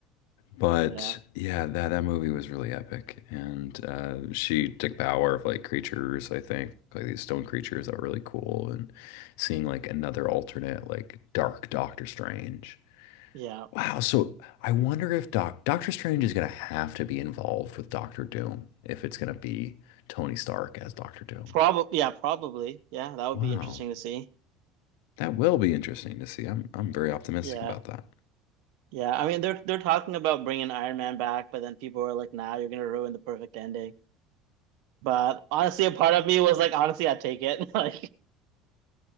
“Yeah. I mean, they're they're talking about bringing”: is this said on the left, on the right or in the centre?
Right